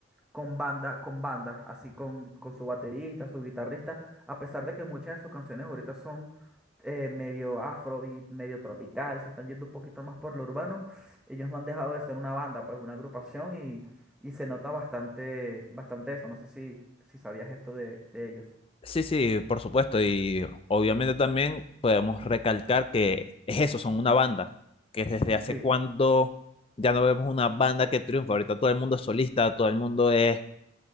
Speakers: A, in the centre; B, on the left (about 30°).
A: con banda, con bandas, así con, con su baterista, su guitarrista, a pesar de que muchas de sus canciones ahorita son eh, medio afrobeat, medio tropicales, se están yendo un poquito más por lo urbano, ellos no han dejado de ser una banda, pues una agrupación y, y se nota bastante, bastante eso. No sé si, si sabías esto de, de ellos.
B: Sí, sí, por supuesto, y obviamente también podemos recalcar que es eso, son una banda, que desde hace
A: Sí,
B: cuando ya no vemos una banda que triunfa, ahorita todo el mundo es solista, todo el mundo es